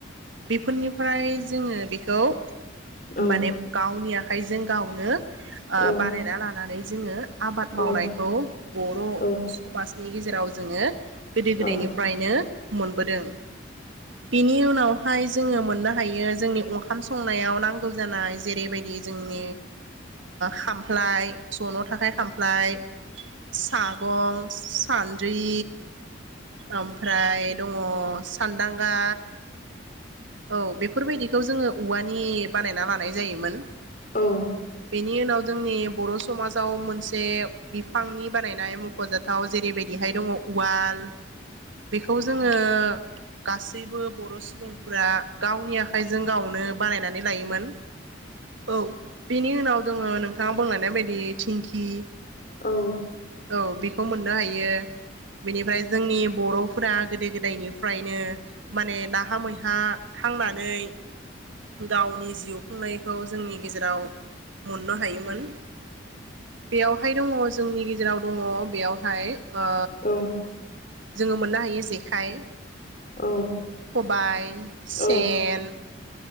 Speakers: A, on the right; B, on the left.
A: बेफोरनिफ्राय जोङो बेखौ
B: औ
A: माने गावनि आखाइजों गावनो ओ
B: औ औ
A: बानायना लानानै जोङो आबाद
B: औ
A: मावनायखौ बर
B: औ
A: समाजनि गेजेराव जोङो गोदो गोदायनिफ्रायनो
B: औ
A: मोनबोदों बिनि उनाव हाय जोङो मोननो हायो जोंनि ओंखाम संनायाव नांगौ जानाय जेरै जोंनि खामफ्लाय जनो थाखाय खामफ्लाय सागं सान्द्रि ओमफ्राय दङ सानदांगा औ बेफोरबायदिखौ जोङो औवानि बानायना लानाय जायोमोन।
B: औ
A: बेनि उनाव जोंनि बर समाजाव मोनसे बिफांनि बानायनाय मखजाथाव जेरैबायदिहाय दङ। उवाल बेखौ जोङो गासैबो बर सुबुंफोरा गावनि आखाइजों गावनो बानायनानै लायोमोन औ बेनि उनाव दोङ नोंथाङा बुंलांनाय बायदि थिंखि
B: औ।।
A: औ बेखौ मोननो हायो बेनिफ्राय जोंनि बरफोरा गोदो गोदायनिफ्रायनो माने नाहा मैहा थांनानै गावनि जिउ खुंनायखौ जोंनि गेजेराव मोननो हायोमोन। बेयाव हाय दङ जोंनि गेजेराव दङ बेयावहाय ओ
B: औ
A: जोङो मोननो हायो जेखाइ
B: औ
A: खबाय
B: औ
A: सेन